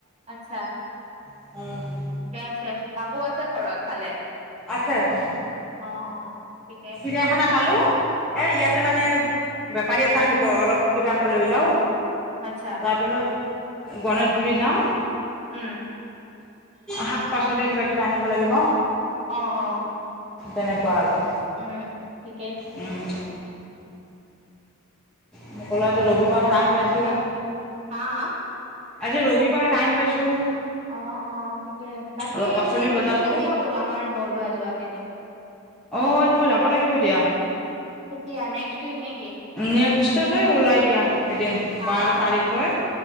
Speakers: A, on the right; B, in the centre.
A: আচ্ছা।
B: অঁ।
A: ঠিকে আছে। বাবু আছে ঘৰত ভালে?
B: আছে আছে
A: অ অ, থিকে।
B: চিৰিয়াখানা পালোঁ। এ ইয়াতে মানে বেপাৰী এটা আহিব অলপ কিবা
A: উম,
B: এটা লৈ লওঁ,
A: আচ্ছা
B: তাৰপিছত গণেশগুৰি যাম।
A: উম।
B: শাক পাচলি কিবা কিবা আনিব লাগিব।
A: অ অ।
B: তেনেকুৱা আৰু।
A: উম, ঠিকেই।
B: উম। মই কলো আজি ৰবিবাৰ,
A: আৰু সেয়া
B: টাইম পাইছোঁ।
A: কিবা হা হা
B: আজি ৰবিবাৰ, টাইম পাইছোঁ।
A: অ অ, ঠিকে। বাকী
B: অলপ
A: এই
B: পাচলি
A: প্লেনিংটো
B: বজাৰ কৰোঁ
A: কেতিয়া কৰো আমাৰ বৰদোৱা যোৱা প্লেনিং টো।
B: অ তোৰ যাব লাগিব দিয়া।
A: কেতিয়া নেক্সট উইক নেকি
B: নে ক্সতটে ওলাই দিয়া এদিন
A: হা
B: বাৰ
A: হা
B: তাৰিখ লৈ,